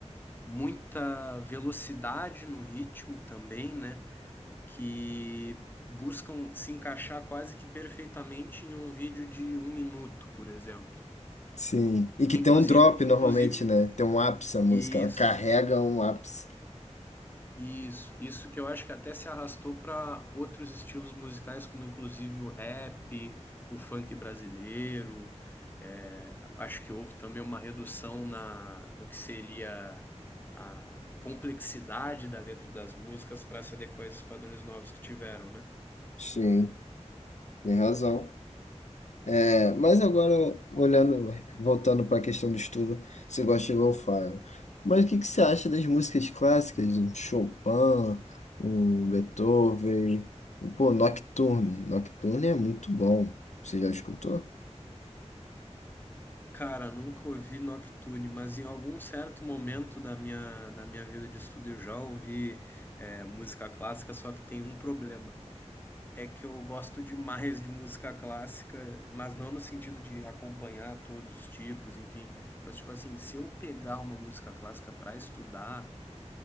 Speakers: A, on the left (about 15°); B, on the left (about 80°).
A: muita velocidade no ritmo também, né? Que buscam se encaixar quase que perfeitamente em um vídeo de um minuto, por exemplo.
B: Sim. E que
A: Inclusive,
B: tem um drop normalmente,
A: inclusive,
B: né? Tem um ápice a música,
A: isso.
B: ela carrega um ápice.
A: Isso, isso que eu acho que até se arrastou para outros estilos musicais, como inclusive o rap, o funk brasileiro. É, acho que houve também uma redução na, no que seria a complexidade da letra das músicas para se adequar a esses padrões novos que tiveram, né?
B: Sim, tem razão. É, mas agora, olhando, voltando para a questão do estudo, você gosta de lo-fi. Mas o que que você acha das músicas clássicas? Um Chopin, um Beethoven, um, pô, Nocturne. Nocturne é muito bom. Você já escutou?
A: Cara, nunca ouvi Nocturne, mas em algum certo momento da minha, da minha vida de estudo eu já ouvi, é, música clássica, só que tem um problema. é que eu gosto demais de música clássica, mas não no sentido de acompanhar todos os tipos, enfim. Mas, tipo assim, se eu pegar uma música clássica para estudar,